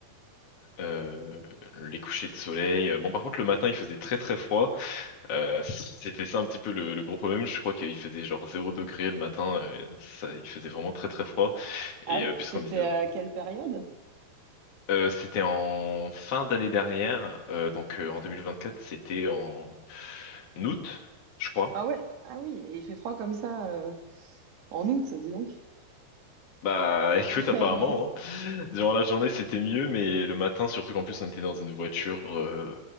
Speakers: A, on the left; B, on the right.
A: euh, les couchers de soleil. euh, Bon, par contre, le matin, il faisait très très froid. Euh, c'était ça un petit peu le, le gros problème. Je crois qu'il faisait genre zéro degré le matin. euh, ça, il faisait vraiment très très froid.
B: Ah
A: Et
B: oui,
A: euh, puisqu'on
B: c'était
A: était,
B: à
A: dans-
B: quelle période?
A: euh, c'était en fin d'année dernière, euh, donc euh, en 2024, c'était en août, je crois.
B: Ah ouais, ah oui, et il fait froid comme ça euh, en août, dis donc.
A: Bah <laughs> écoute,
B: <laughs>
A: apparemment, hein. Durant la journée c'était mieux, mais le matin, surtout qu'en plus on était dans une voiture, euh,